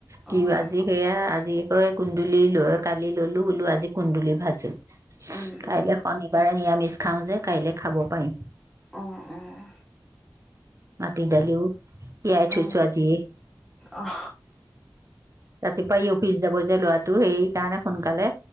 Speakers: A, on the right; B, in the centre.
A: কি
B: অঁ
A: আজি সেয়া আজি কুন্দুলি লৈ কালি ললো বোলো আজি কুন্দুলি ভাজি।
B: উম
A: কাইলৈ
B: উম
A: শনিবাৰে নিৰামিষ খাও যে কাইলৈ খাব পাৰিম।
B: অ'‌, অ।
A: মাটি দালিও য়াই থৈছো
B: অঁ
A: আজিয়ে।
B: অঁ
A: ৰাতিপুৱাই অফিচ যাব যে লৰা তু সেইৰি কাৰণে সোনকালে।